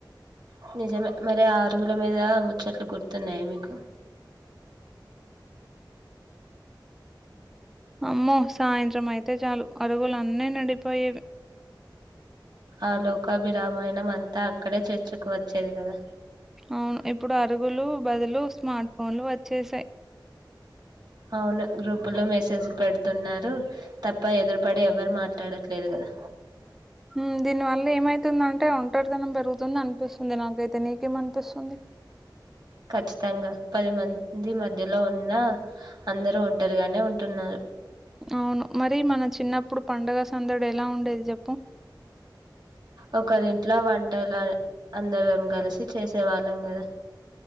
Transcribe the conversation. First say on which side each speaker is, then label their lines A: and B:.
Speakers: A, on the right (about 60°); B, in the centre.
A: ఒ నిజమే. మరి, ఆ అరుగుల మీదా ముచ్చట్లు గుర్తున్నయ మీకు?
B: అమ్మో! సాయంత్రం అయితే జాలు, అరుగులన్ని నిండిపోయేవి.
A: ఆ లోకాభిరామాయణం అంతా అక్కడే చర్చకు వచ్చేది గదా.
B: అవును, ఇప్పుడు అరుగులూ బదులు స్మార్ట్ ఫోన్లు వచ్చేశాయి.
A: అవును, గ్రూపు లో మెసేజ్ పెడుతున్నారు తప్ప, ఎదురు పడి ఎవరు మాట్లాడట్లేదు గదా.
B: ఊఁ, దీని వల్ల ఏమైతుందంటే ఒంటరితనం బెరుగుతుందనిపిస్తుంది నాకైతే. నీకేమ అనిపిస్తుంది?
A: ఖచ్చితంగా, పది మంది మధ్యలో ఉన్న అందరు ఒంటరిగానే ఉంట్ టున్నారు.
B: అవును. మరీ మన చిన్నప్పుడు పండుగ సందడి ఎలా ఉండేది? జెప్పు.
A: ఒకరింట్లో వన్ టలని అందరం గలిసి, చేసే వాళ్ళంగదా.